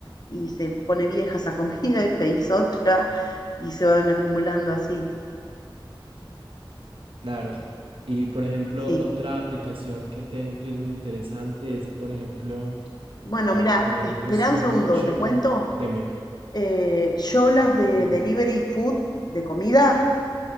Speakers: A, on the left (about 50°); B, on the right (about 75°).
A: y se pone vieja esa comida y pedís otra y se van acumulando así.
B: Claro. Y por ejemplo,
A: Sí.
B: otra aplicación que tengo que es muy interesante es, por ejemplo,
A: Bueno,
B: a
A: mira,
B: a mí
A: espera
B: me gusta
A: un
B: ver
A: segundo,
B: mucho,
A: te cuento.
B: dime,
A: Eh, yo las de
B: dime.
A: delivery food, de comida,